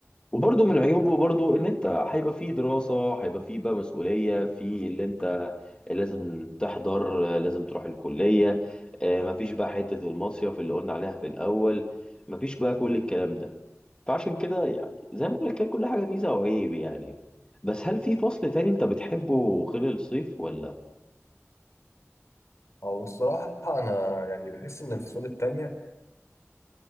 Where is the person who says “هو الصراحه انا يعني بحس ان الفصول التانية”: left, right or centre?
Left